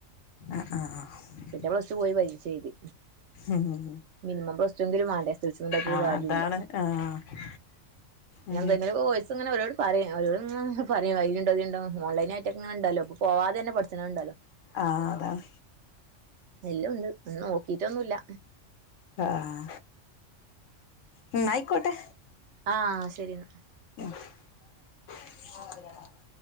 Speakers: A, on the left; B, on the right.
A: അ ആഹ്
B: പിന്നെ പ്ലസ്ടു പോയി പരീക്ഷ എഴുതി
A: ഉം
B: മിനിമം പ്ലാസ്റ്റു എങ്കിലും വാണ്ടേ എസ് എൽ സി ഒന്നും ഉണ്ടായിട്ടൊന്നും
A: ആഹ്
B: കാര്യല്ലാ
A: അതാണ് ആഹ് ഉം
B: എന്തങ്ങനെ വോയിസ്ങ്ങനെ ഒരോട് പറിം ഓരോട് <unintelligible> ഐല്ണ്ടോ ഇതില്ണ്ടോ ഓൺലൈനായിട്ട്ങ്ങനെണ്ടല്ലോ അപ്പോ പോവാതെന്നെഠിച്ചനണ്ട ല്ലോ
A: ആഹ് അതാണ്
B: എല്ലുണ്ട് ഒന്നും നോക്കിട്ടൊന്നുല്ല
A: ആഹ് ഉം ന്നായിക്കോട്ടെ
B: ആഹ് ശെരിന്നാ
A: ആഹ്